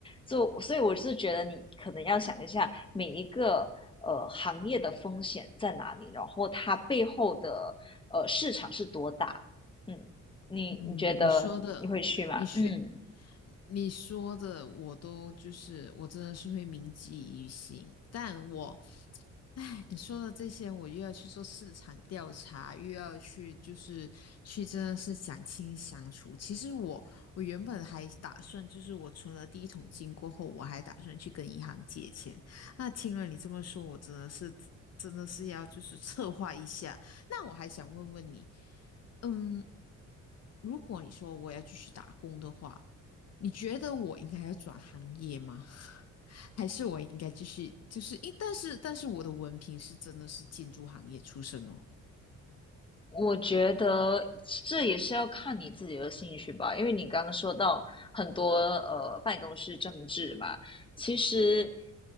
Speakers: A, on the left; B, on the left.
A: 就所以我是觉得你可能要想一下每一个呃行业的风险在哪里，然后它背后的呃市场是多大。嗯，你你觉得你会去吗？
B: 嗯，你说的，你学，
A: 嗯，
B: 你说的，我都就是我真的是会铭记于心，但我哎，你说的这些，我又要去做市场调查，又要去就是去真的是想清想楚。其实我我原本还打算，就是我存了第一桶金过后，我还打算去跟银行借钱。那听了你这么说，我真的是真的是要就是策划一下。那我还想问问你，嗯，如果你说我要继续打工的话，你觉得我应该要转行业吗？<laughs> 还是我应该继续，就是因，但是但是我的文凭是真的是建筑行业出身哦。
A: 我觉得这也是要看你自己的兴趣吧，因为你刚刚说到很多呃办公室政治嘛，其实